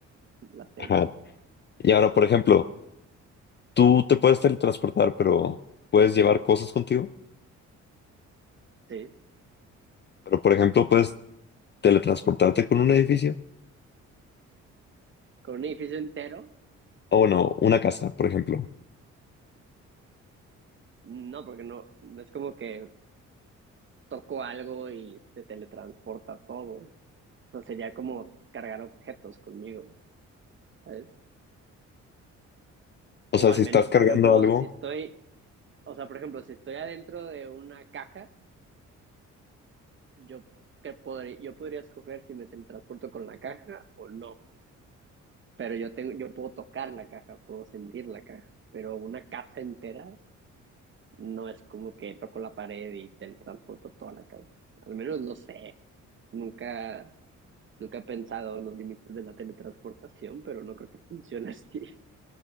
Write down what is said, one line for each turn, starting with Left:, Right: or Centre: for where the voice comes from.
Right: la serie,
Left: Ajá. Y ahora, por ejemplo, tú te puedes teletransportar, pero puedes llevar cosas contigo.
Right: sí.
Left: Pero, por ejemplo, puedes teletransportarte con un edificio.
Right: Con un edificio entero,
Left: O bueno, una casa, por ejemplo.
Right: no, porque no, no es como que toco algo y se teletransporta todo. O sea, sería como cargar objetos conmigo, ¿sabes?
Left: O
Right: O
Left: sea,
Right: al
Left: si
Right: menos,
Left: estás cargando
Right: por ejemplo,
Left: algo,
Right: si estoy, o sea, por ejemplo, si estoy adentro de una caja. Yo, te podré, yo podría escoger si me teletransporto con la caja o no, pero yo, tengo, yo puedo tocar la caja, puedo sentir la caja, pero una casa entera no es como que toco la pared y teletransporto toda la casa. Al menos no sé, nunca, nunca he pensado en los límites de la teletransportación, pero no creo que funcione <laughs> así.